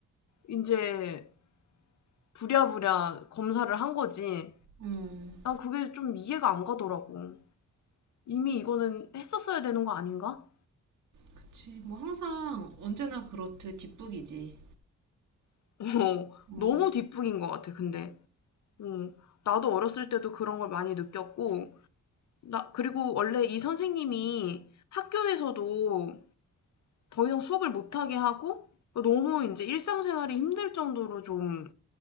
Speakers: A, on the left; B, on the right.
A: 이제 부랴부랴 검사를 한 거지.
B: 음.
A: 난 그게 좀 이해가 안 가더라고. 이미 이거는 했었어야 되는 거 아닌가?
B: 그치. 뭐 항상 언제나 그렇듯 뒷북이지.
A: <laughs> 어.
B: 어,
A: 너무 뒷북인 것 같아 근데. 어. 나도 어렸을 때도 그런 걸 많이 느꼈고 나 그리고 원래 이 선생님이 학교에서도 더 이상 수업을 못 하게 하고 너무 이제 일상생활이 힘들 정도로 좀